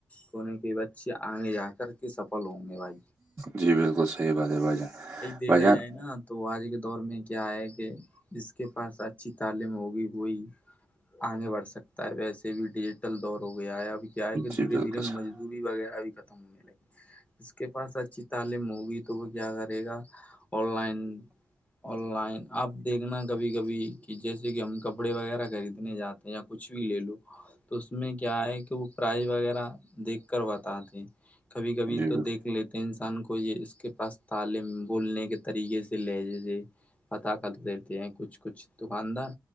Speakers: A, on the left; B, on the right.
A: کونے کے بچے آگے جا کر کے سفل ہوں گے بھائی
B: جی بالکل صحیح بات ہے بھائی جان
A: دیکھا
B: بھائی جان
A: جائے نا تو آج کے دور میں کیا ہے کہ جس کے پاس اچھی تعلیم ہوگی وہئی آگے بڑھ سکتا ہے ویسے بھی ڈیجیٹل دور ہو گیا ہے ابھی کیا آئے کہ
B: جی
A: دھیرے
B: بالکل
A: دھیرے
B: صحیح،
A: مزدوری وغیرہ بھی ختم ہونے لگی اس کے پاس اچھی تعلیم ہوگئی تو وہ کیا کرے گا آن لائن آن لائن اپ دیکھنا کبھی کبھی کہ جیسے کہ ہم کپڑے وغیرہ خریدنے جاتے ہیں یا کچھ بھی لے لو تو اس میں کیا ہے کہ وہ پرائز وغیرہ دیکھ کر بتاتے ہیں کبھی کبھی
B: جی
A: تو
B: بالکل
A: دیکھ لیتے ہیں انسان کو یہ اس کے پاس تعلیم بولنے کے طریقے سے لہجےے پتہ کر دیتے ہیں کچھ کچھ دکاندار